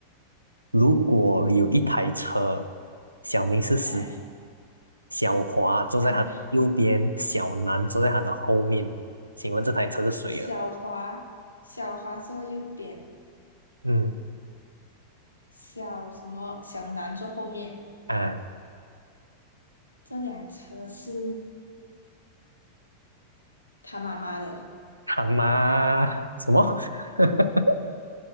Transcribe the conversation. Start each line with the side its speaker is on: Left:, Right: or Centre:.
Right: 如果有一台车，小明是司，
Left: 哎
Right: 小华坐在他的右边，
Left: 哎，
Right: 小南坐在他的后面，请问这台车是谁的？
Left: 小华，小华坐右边，
Right: 嗯
Left: 小什么小南坐后面。
Right: 啊，
Left: 这辆车是他妈妈的，
Right: 他妈什么？<laughs>